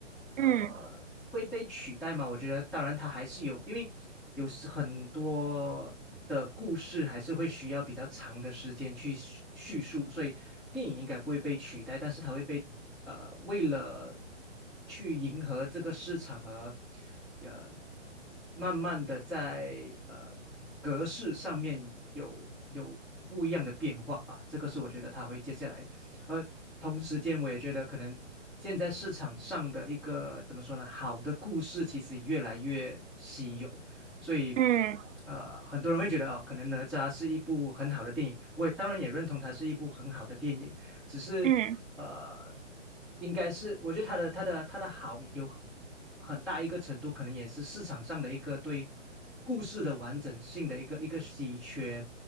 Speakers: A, in the centre; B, on the right (about 80°).
A: 呃，
B: 嗯
A: 会被取代吗？我觉得，当然它还是有，因为有时很多的故事还是会需要比较长的时间去叙叙述，所以电影应该不会被取代，但是它会被呃，为了。去迎合这个市场而，呃，慢慢的在呃格式上面有有不一样的变化吧。这个是我觉得它会接下来，而同时间我也觉得可能现在市场上的一个怎么说呢，好的故事其实越来越稀有，所以。
B: 嗯
A: 呃，很多人会觉得哦，可能哪吒是一部很好的电影，我也当然也认同它是一部很好的电影，只是呃，
B: 嗯。
A: 应该是我觉得他的他的他的好有很大一个程度，可能也是市场上的一个对故事的完整性的一个一个稀缺